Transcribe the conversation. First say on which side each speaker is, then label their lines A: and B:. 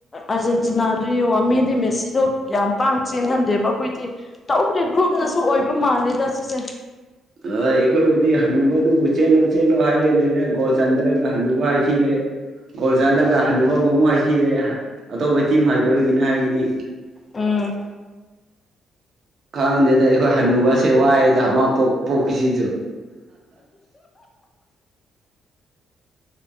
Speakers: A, on the left (about 30°); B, on the right (about 55°).
A: ꯑꯔꯖꯦꯟꯇꯤꯅꯥꯗ ꯌꯦꯡ ꯃꯤꯗꯤ ꯃꯦꯁꯤꯗꯣ ꯌꯥꯝ ꯄꯥꯡ ꯆꯦꯟꯍꯟꯗꯦꯕ ꯑꯩꯈꯣꯏ ꯍꯥꯏꯗꯤ ꯇꯧꯗꯦ ꯒ꯭ꯔꯨꯞꯅꯁꯨ ꯑꯣꯏꯕ ꯃꯥꯜꯂꯤꯦꯗ ꯁꯤꯁꯦ
B: ꯑ ꯑꯩꯈꯣꯏꯕꯨꯗꯤ ꯍꯅꯨꯕꯗꯨꯕꯨ ꯆꯦꯜꯂꯣ ꯆꯦꯜꯂꯣ ꯍꯥꯏꯔꯦ ꯂꯩꯔꯦ ꯒꯣꯜ ꯆꯟꯗ꯭ꯔꯒ ꯍꯅꯨꯕ ꯍꯥꯏꯊꯤꯔꯦ ꯒꯣꯜ ꯆꯜꯂꯒ ꯍꯅꯨꯕꯕꯨ ꯑꯃꯨꯛ ꯍꯥꯏꯊꯤꯔꯦ ꯑꯇꯣꯞꯄ ꯇꯤꯝ ꯍꯥꯏꯗꯣꯏꯒꯤꯅ ꯍꯥꯏꯈꯤꯅꯤ
A: ꯎꯝ
B: ꯈꯪꯗꯦꯗ ꯑꯩꯈꯣꯏ ꯍꯅꯨꯕꯁꯦ ꯋꯥꯏꯑꯗ ꯃꯥ ꯄꯣꯛ ꯄꯣꯛꯈꯤꯁꯤꯁꯨ